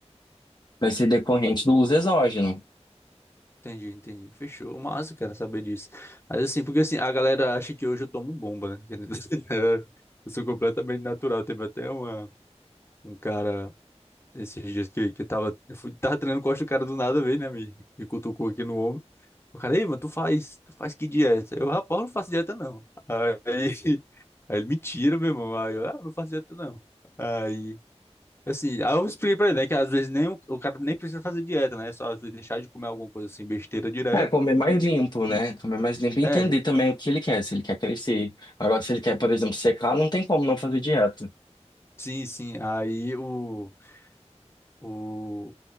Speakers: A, on the left (about 40°); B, on the left (about 20°).
A: vai ser decorrente
B: Du-
A: do uso exógeno.
B: entendi, entendi. Fechou. Massa, cara, saber disso. Mas assim, porque assim, a galera acha que hoje eu tomo bomba, né? <laughs> Eu sou completamente natural. Teve até uma, um cara Esses dias que, que eu tava, eu fui, tava treinando costa, o cara do nada veio, né? Me, me cutucou aqui no ombro. O cara, ei, mas tu faz, tu faz que dieta? Eu, rapaz, eu não faço dieta, não. Aí, <laughs> aí ele me tira, meu irmão. Aí eu, ah, não faço dieta, não. Aí, assim, aí eu expliquei pra ele, né? Que às vezes nem, o o cara nem precisa fazer dieta, né? é Só às vezes deixar de comer alguma coisa assim, besteira direto.
A: É, comer mais limpo, né?
B: E,
A: Comer mais limpo e
B: é,
A: entender também o que ele quer, se ele quer crescer. Agora, se ele quer, por exemplo, secar, não tem como não fazer dieta.
B: sim, sim. Aí o. O...